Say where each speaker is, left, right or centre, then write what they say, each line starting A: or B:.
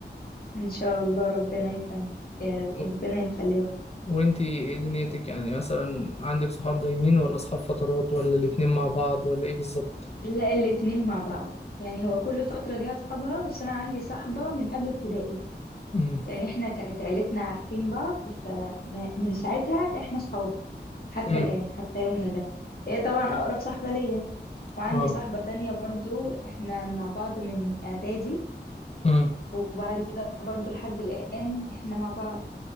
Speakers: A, on the left; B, on the left.
A: ان شاء الله ربنا يكمل يا
B: و...
A: ربنا يخليه لكم
B: وانتي ايه دنيتك يعني مثلا عندك صحاب دايمين ولا صحاب فترات ولا الاتنين مع بعض ولا ايه بالظبط
A: لا الاتنين مع بعض يعني هو كل فترة ليها اصحابها بس انا عندي صاحبة من قبل ابتدائي
B: امم
A: يعني احنا كانت عيلتنا عارفين بعض فمن ساعتها احنا صحاب حتى
B: امم
A: الآن حتى يومنا ده هي طبعا أقرب صاحبة ليا وعندي
B: اه
A: صاحبة تانية برضو احنا مع بعض من إعدادي
B: امم
A: وبعد كده برضو لحد الآن احنا مع بعض